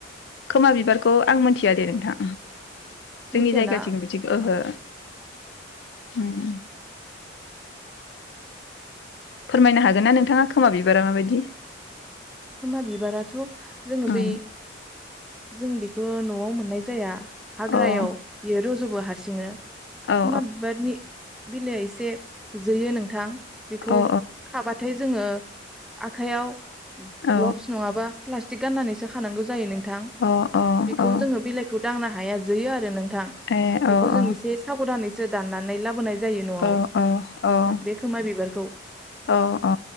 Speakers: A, on the left (about 65°); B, in the centre.
A: खोमा बिबारखौ आं मोनथिया दे नोंथां। जोंनि
B: मिथियाना
A: जायगाथिं बिदि ओहो
B: औ
A: उम फोरमायनो हागोन ना नोंथाङा खोमा बिबारा माबायदि?
B: खोमा बिबाराथ जोङो
A: उम
B: बै जों बे खौ नआव मोननाय जाया हाग्रायाव
A: अ औ
B: बियो रजबो हारसिं सिङो
A: औ
B: खोमा बिबारनि बिलइआ एसे जोयो नोंथां। बेखौ
A: औ
B: खाबाथाय जोंङो आखाइयाव
A: औ
B: ग्लब्स नंङाबा प्लास्टिक गाननानैसो खानांगौ जायो नों थां
A: अ अ
B: बेखौ
A: अ
B: जोंडो बिलाइखौ दांनो हाया जोयो आरो नों थां
A: ए
B: बेखौ
A: अ
B: जों
A: अ
B: एसे साबदानै सो दाननानै लाबोनाय जायो न आव
A: अ अ अ
B: नोंथां बे खोमा बिबारखौ
A: अ अ